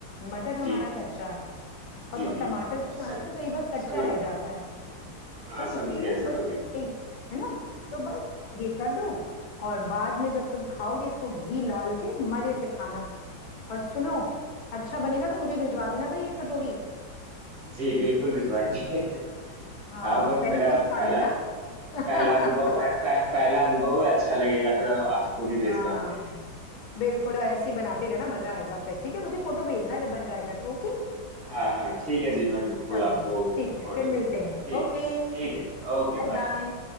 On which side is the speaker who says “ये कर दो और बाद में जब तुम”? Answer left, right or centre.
Left